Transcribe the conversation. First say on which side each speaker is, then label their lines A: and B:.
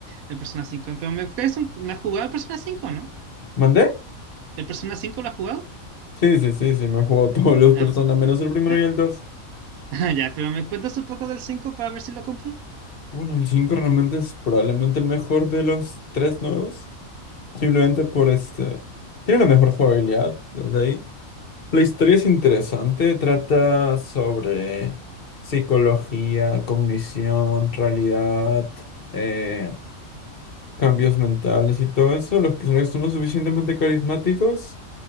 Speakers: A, on the right (about 80°); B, on the left (about 45°).
A: el Persona 5. Pero me puedes, un- ¿la has jugado el Persona 5, no?
B: ¿Mandé?
A: ¿El Persona 5 lo has jugado?
B: Sí, sí, sí, sí, me juego <laughs> todos los
A: Ah,
B: Persona, menos el primero
A: ah,
B: y el dos.
A: <laughs> ya, pero me cuentas un poco del 5 para ver si lo compro.
B: Bueno, el cinco realmente es probablemente el mejor de los tres nuevos. Simplemente por este... Tiene la mejor jugabilidad, desde ahí. La historia es interesante, trata sobre psicología, cognición, realidad, eh, cambios mentales y todo eso, los personajes son lo suficientemente carismáticos